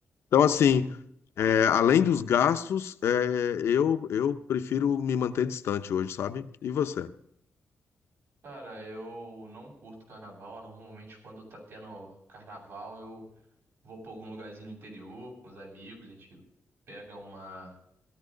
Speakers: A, on the left; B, on the right.
A: Então, assim. É, além dos gastos, é, eu, eu prefiro me manter distante hoje, sabe? E você?
B: Cara, eu não curto carnaval. Normalmente, quando tá tendo carnaval, eu vou pra algum lugarzinho no interior com os amigos. A gente pega uma.